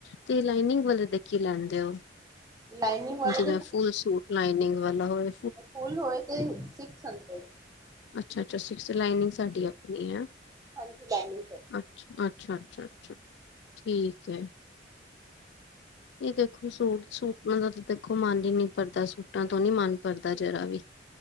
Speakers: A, on the left; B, on the right.
A: ਤੇ ਲਾਈਨਿੰਗ ਵਾਲੇ ਦੇ ਕੀ ਲੈਂਦੇ ਓ?
B: ਲਾਈਨਿੰਗ ਵਾਲੇ
A: ਜਿਵੇਂ ਫੂੱਲ ਸੂਟ ਲਾਈਨਿੰਗ ਵਾਲਾ ਹੋਏ?
B: ਫੂੱਲ ਹੋਏ ਤੇ ਸਿਕਸ ਹੰਡਰਡ।
A: ਅੱਛਾ, ਅੱਛਾ ਸਿਕਸ ਲਾਈਨਿੰਗ ਸਾਡੀ ਅਪਨੀ ਐ।
B: ਹਾਂਜੀ ਲਾਈਨਿੰਗ ਤੁਆਡੀ।
A: ਅੱਛਾ, ਅੱਛਾ, ਅੱਛਾ, ਅੱਛਾ ਠੀਕ ਐ। ਏ ਦੇਖੋ ਸੂਟ ਸੂਟਾਂ ਦਾ ਦੇਖੋ ਮਨ ਈ ਨੀ ਭਰਦਾ। ਸੂਟਾਂ ਤੋਂ ਨੀ ਮਨ ਭਰਦਾ ਜਰਾ ਵੀ,